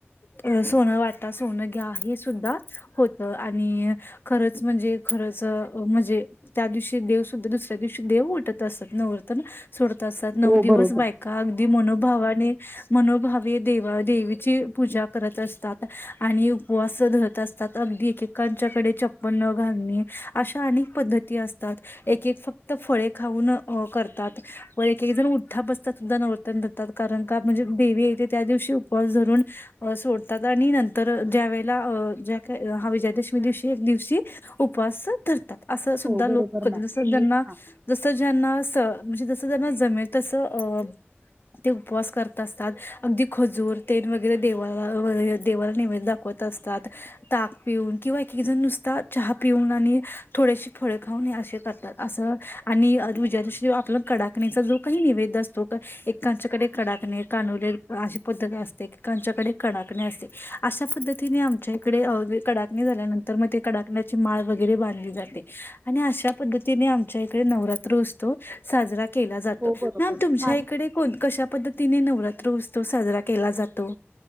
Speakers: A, on the left; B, on the right.
A: अ सोनं वाटा. सोनं घ्या. हे सुद्धा होत. आणि खरंच म्हणजे, खरंच म्हणजे त्या दिवशी देवसुद्धा, दुसऱ्या दिवशी देव उठत असत. नवरात्रन सोडत असतात. नऊ
B: हो
A: दिवस
B: बरोबर
A: बायका अगदी मनोभावाने. मनोभावे देवा देवीची पूजा करत असतात. आणि उपवास धरत अस तात. अगदी एकेकांच्याकडे चप्पन न घालणे. अशा अनेक पद्धती असतात. एक एक फक्त फळे खाऊन करतात. व एक एक जण उठठा बसतात सुद्धा नवरात्रन कारण का, म्हणजे आई येते त्या दिवशी उपवास धरून अ सोडतात. आणि नंतर ज्या वेळेला अ ज्या का हा विजयादशमी दिवशी, एक दिवशी उपवास धरतात. असं सुद्धा
B: हो
A: लोक
B: बरोबर
A: कधी
B: मॅम
A: जस
B: तुम्ही
A: जना
B: हा
A: जसं ज्यांना स म्हणजे जसं ज्यांना जमेल तसं. अ ते उपवास करत असतात. अगदी खजूर ते वगैरे देवाला देवाला नैवेद्य दाखवत असतात. ताक पिऊन. किंवा एक एक जण नुसता चहा पिऊन, आणि थोडेसे फळे खाऊन. हे असे करतात. असं आणि अरुजाच्याशी आपला कडाकणीचा जो काही निवेद असतो. तो एक एकाच्याकडे कडाकणे, कानोले अशी पद्धत असते. एक एकाच्याकडे कडाकणे असते. अशा पद्धतीने आमच्या इकडे, कडाकणी झाल्यानंतर मग ते कडाकण्याची माळ वगैरे बांधली जाते. आणि अशा पद्धतीने आमच्या इकडे नवरात्र उत्सव साजरा केला जातो.
B: हो बरोबर
A: मॅम तुमच्या
B: हा
A: इकडे कोण कशा पद्धतीने नवरात्र उत्सव साजरा केला जातो.